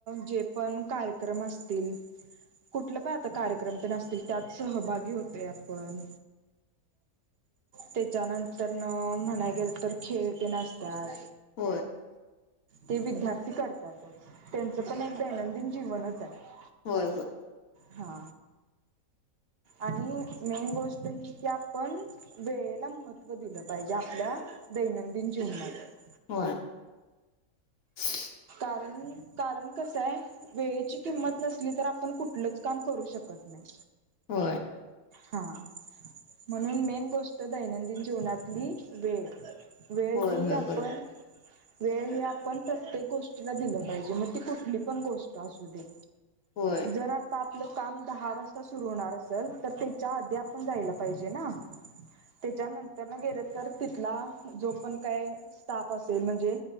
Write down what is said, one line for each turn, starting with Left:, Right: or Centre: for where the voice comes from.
Right: जे पण कार्यक्रम असतील कुठलं पण आता कार्यक्रम तेण असतील त्यात सहभागी होतयं आपण पण त्याच्यानंतर न म्हणायं गेलं तर खेळ तेण असतात
Left: होय
Right: ते विद्यार्थी करत्यातचं त्यांचं पण एक दैनंदिन जीवनच आहे.
Left: होय होय
Right: हा आणि मेन गोष्ट ही की आपण वेळेला महत्त्व दिलं पाहिजे आपल्या दैनंदिन जीवनात‍‍
Left: होय <unintelligible>
Right: कारण कारण कसं आहे वेळेची किंमत नसली तर आपल्या आपण कुठलंच काम करू शकतं शकतं नाही
Left: होय
Right: हा म्हणून मेन गोष्ट दैनंदिन जीवनातली वेळ वेळ
Left: होय
Right: ही
Left: होय
Right: आपण
Left: बरोबर
Right: वेळ हही आपण प्रत्येक गोष्टीला दिलं पाहिजे मग ती कुठली पण गोष्ट असू दे
Left: होय
Right: जरा त आपलं काम दहा वाजता सुरू होणार असेल तर त्याच्या आधी आपण जायला पाहिजे ना त्याच्यानंतर न गेलं तर तिथला जो पण काय स्टाफ असेल म्हणजे